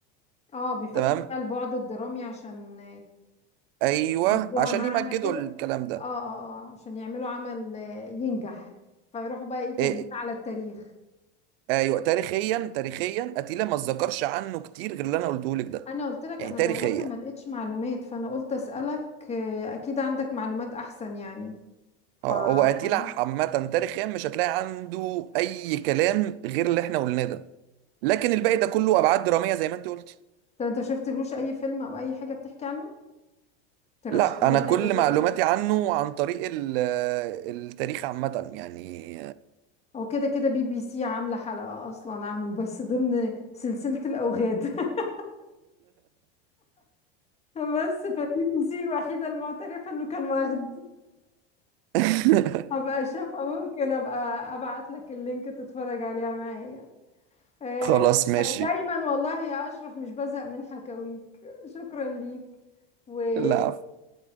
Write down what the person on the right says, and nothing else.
تمام
ايوه
عشان
يمجدوا
الكلام ده
إيه.
ايوه تاريخيا تاريخيا اتيلا ما اتذكرش عنه كتير غير اللي انا قلته لك ده
يعني
تاريخيا
اه
هو اتيلا عامة تاريخيا مش هتلاقي عنده اي كلام غير اللي احنا قلناه ده لكن الباقي ده كله ابعاد درامية زي ما انت قلت
لا
انا
كل
معلوماتي عنه عن طريق ال- آه، التاريخ عامة يعني
<laughs>
خلاص ماشي
لا عفو.